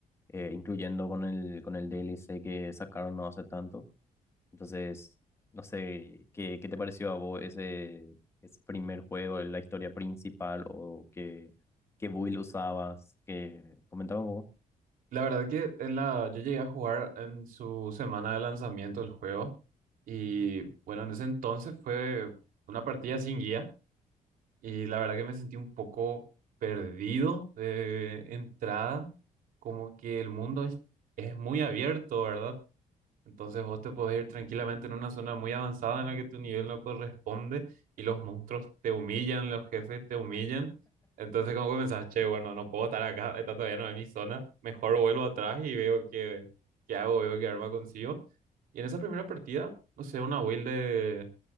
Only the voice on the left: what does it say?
Eh, incluyendo con el, con el DLC que sacaron no hace tanto. Entonces, no sé, ¿qué, qué te pareció a vos ese, ese primer juego, la historia principal o qué, qué build usabas? Que, comentaba un poco.